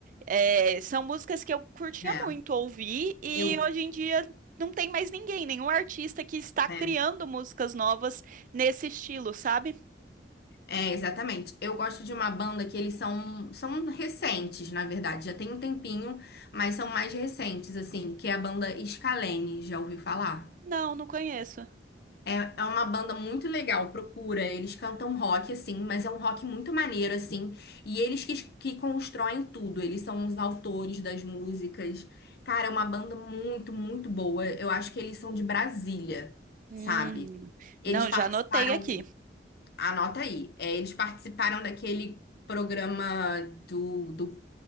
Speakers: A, on the right; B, on the left.
A: é, são músicas que eu curtia
B: É,
A: muito ouvir e
B: eu.
A: hoje em dia não tem mais ninguém, nenhum artista que está criando
B: É.
A: músicas novas nesse estilo, sabe?
B: É, exatamente. Eu gosto de uma banda que eles são, são recentes, na verdade. Já tem um tempinho, mas são mais recentes, assim, que é a banda Scalene. Já ouviu falar?
A: Não, não conheço.
B: É, é uma banda muito legal, procura. Eles cantam rock, assim, mas é um rock muito maneiro, assim. E eles que, que constroem tudo, eles são os autores das músicas. Cara, é uma banda muito, muito boa. Eu acho que eles são de Brasília,
A: Hum,
B: sabe? Eles
A: não,
B: participaram,
A: já anotei aqui.
B: anota aí, é, eles participaram daquele programa do, do